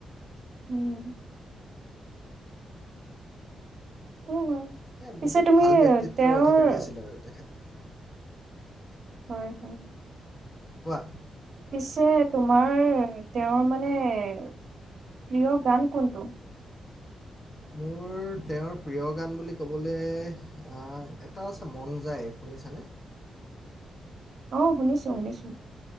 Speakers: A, on the right; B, on the left.
A: উম। সেইটোৱো হয়
B: তাকে
A: পিছে
B: বহুত
A: তুমি
B: ভাল ব্যক্তিত্বৰ
A: তেওঁৰ
B: অধিকাৰী আছিল আৰু তেখেত
A: হয় হয়।
B: কোৱা
A: পিছে তোমাৰ তেওঁৰ মানে প্ৰিয় গান কোনটো?
B: মোৰ তেওঁৰ প্ৰিয় গান বুলি ক'বলৈ আহ এ এটা আছে মন যায় শুনিছানে?
A: অ শুনিছো শুনিছো।